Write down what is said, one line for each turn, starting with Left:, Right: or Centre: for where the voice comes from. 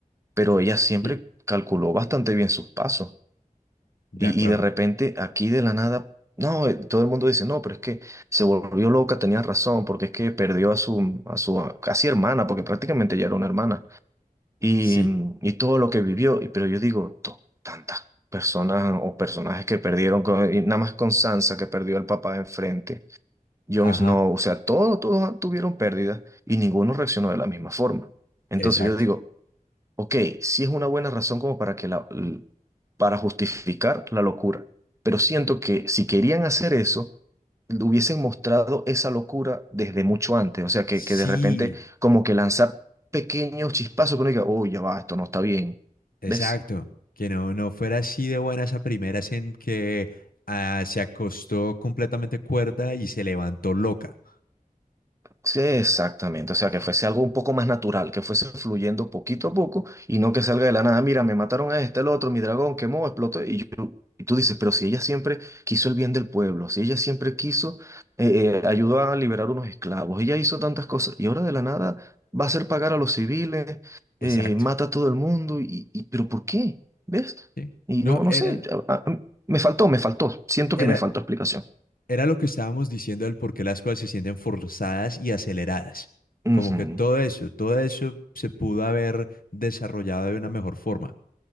Right: pero ella siempre
Left: Sí.
Right: calculó bastante bien sus pasos.
Left: De
Right: Y,
Left: acuerdo.
Right: y de repente, aquí de la nada, no, eh, todo el mundo dice, no, pero es que se volvió loca, tenía razón, porque es que perdió a su, a su casi hermana, porque prácticamente ya era una hermana, y,
Left: Sí,
Right: mm, y todo lo que vivió. Y- Pero yo digo, "To- tantas personas o personajes que perdieron, con- y nada más con Sansa, que perdió al papá enfrente, Jon
Left: ajá,
Right: Snow, o sea, todos, todos tuvieron pérdidas y ninguno reaccionó de la misma forma. Entonces
Left: exacto.
Right: yo digo, Ok, sí es una buena razón como para que la, l- para justificar la locura, pero siento que si querían hacer eso, le hubiesen mostrado esa locura desde mucho antes, o sea, que,
Left: Sí,
Right: que de repente como que lanzar pequeños chispazos que uno diga, oh, ya va, esto no está bien,
Left: exacto.
Right: ¿ves?
Left: Que no, no fuera así de buenas a primeras en que ah, se acostó completamente cuerda y se levantó loca.
Right: Sí, exactamente. O sea, que
Left: Sí,
Right: fuese algo un poco más natural, que fuese fluyendo poquito a poco y no que salga de la nada. Mira, me mataron a este, el otro, mi dragón quemó, explotó. Y yo, y tú dices, pero si ella siempre quiso el bien del pueblo, si ella siempre quiso, eh, eh, ayudó a liberar unos esclavos, ella hizo tantas cosas y ahora de la nada va a hacer pagar a los civiles,
Left: exacto.
Right: eh, mata a todo el mundo. Y, y- pero ¿por qué? ¿Ves?
Left: Sí.
Right: Y
Left: No,
Right: no,
Left: era...
Right: no sé, a- a- me faltó, me faltó. Siento
Left: Era,
Right: que me faltó explicación.
Left: Era lo que estábamos diciendo del por qué las cosas se sienten forzadas y aceleradas. Como
Right: Ujú.
Left: que todo eso, todo eso se pudo haber desarrollado de una mejor forma.